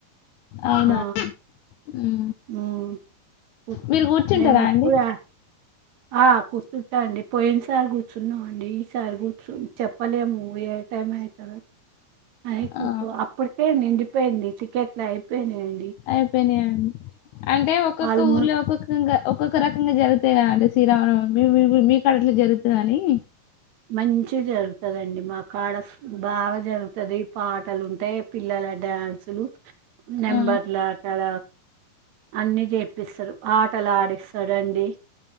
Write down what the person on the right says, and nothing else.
ఆ
ఉమ్, కూర్చు-
మేము ఎప్పుడు
ఆ ఆ కూర్చుంటా అండి పోయిన సారి కూర్చున్నాం అండి ఈసారి కూర్చు చెప్పలేము ఏ టైం అవుతురు అ
అప్పుడు పే నిం అయిపోయిడి చికెట్లా అయిపోయినాది
వాళ్ళు
మంచి జరుగుతదండి మా కాడ బాగా జరుగుతుది పాటలు ఉంటే పిల్లల డ్యాన్సులు నెంబర్లా
అక్కడ అన్ని చెప్పిస్తారు ఆటలు ఆడిస్తాడండి